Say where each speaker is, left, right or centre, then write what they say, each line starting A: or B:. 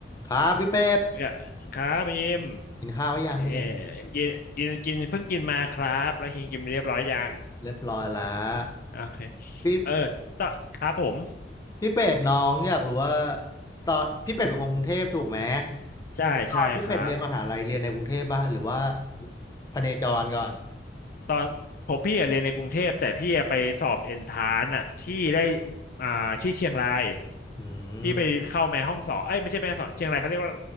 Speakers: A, on the left; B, on the left.
A: ครับพี่เป็ด
B: ครับครับยิม
A: กินข้าวหรือยังเนี่ย
B: โอเคกินกินกินเพิ่งกินมาครับแล้วกินกินเรียบร้อยยัง
A: เรียบร้อยแล้ว
B: โอเค
A: พี่
B: เออตอนครับผม
A: พี่เป็ดน้องอยากรู้ว่าตอนพี่เป็ดเป็นคนกรุงเทพถูกไหม
B: ใช่ใช่ครับ
A: แล้วตอนพี่เป็ดเรียนมหาลัยเรียนในกรุงเทพป่ะหรือว่าพเนจรก่อน
B: ตอนผมพี่อะเรียนในกรุงเทพแต่พี่อะไปสอบเอนทรานอะที่ได้อ่าที่เชียงราย
A: อืม
B: พี่ไปเข้าแม่ห้องสอนเอ้ยไม่ใช่แม่ห้องสอนเชียงรายเขาเรียกว่า